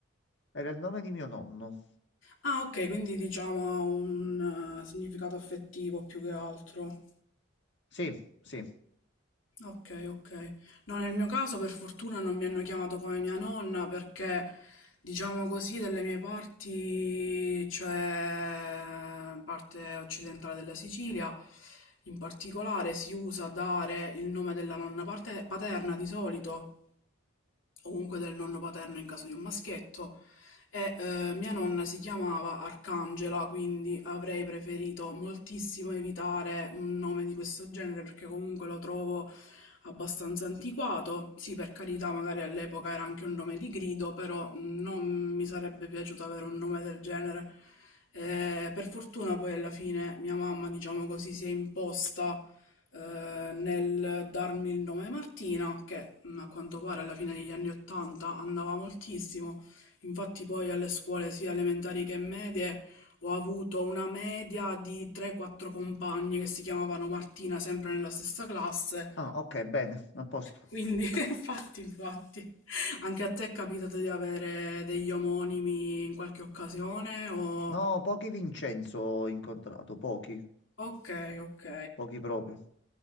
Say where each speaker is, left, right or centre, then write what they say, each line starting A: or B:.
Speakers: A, on the left; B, on the left.
A: Era il nome di mio nonno.
B: Ah, ok, quindi diciamo ha un eh, significato affettivo più che altro.
A: Sì, sì.
B: Ok, ok. No, nel mio caso per fortuna non mi hanno chiamato come mia nonna perché, diciamo così, dalle mie parti, cioè parte occidentale della Sicilia, in particolare si usa dare il nome della nonna parte- paterna di solito o comunque del nonno paterno in caso di un maschietto. E eh, mia nonna si chiamava Arcangela, quindi avrei preferito moltissimo evitare un nome di questo genere perché comunque lo trovo abbastanza antiquato. Sì, per carità, magari all'epoca era anche un nome di grido, però non mi sarebbe piaciuto avere un nome del genere. Eh, per fortuna poi alla fine mia mamma, diciamo così, si è imposta eh, nel darmi il nome Martina, che mh, a quanto pare alla fine degli anni Ottanta andava moltissimo. Infatti poi alle scuole sia elementari che medie ho avuto una media di 3-4 compagne che si chiamavano Martina, sempre nella stessa classe.
A: Ah, ok, bene, a posto.
B: Quindi, <laughs> infatti, infatti, anche a te è capitato di avere degli omonimi in qualche occasione o...
A: No, pochi Vincenzo ho incontrato, pochi,
B: Ok, ok.
A: pochi proprio.